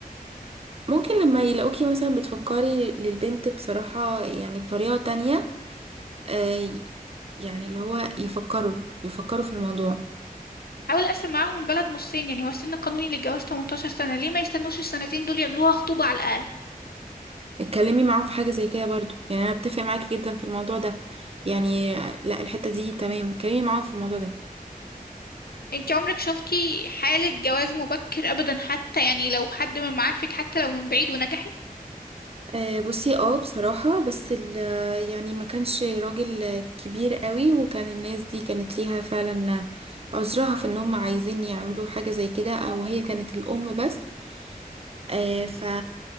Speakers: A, on the right; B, on the left.
A: ممكن لما يلاقوكي مثلا بتفكري للبنت بصراحة يعني بطريقة تانية آه يعني اللي هو يفكروا يفكروا في الموضوع
B: حاول أقسم معاهم البلد نصين يعني هو السن القانوني للجواز 18 سنة ليه ما يستنوش السنتين دول يعملوها خطوبة على الأقل
A: اتكلمي معاهم في حاجة زي كده برضو يعني انا اتفق معاكي جدا في الموضوع ده يعني لا الحتة دي تمام اتكلمي معاهم في الموضوع ده
B: انت عمرك شفتي حالة جواز مبكر أبدا حتى يعني لو حد من معارفك حتى لو من بعيد ونجحت
A: آه، بصي اه بصراحة بس ال- آه، يعني ما كانش راجل كبير قوي وكان الناس دي كانت ليها فعلا عذرها في ان هم عايزين يعملوا حاجة زي كده او هي كانت الام بس آه، ف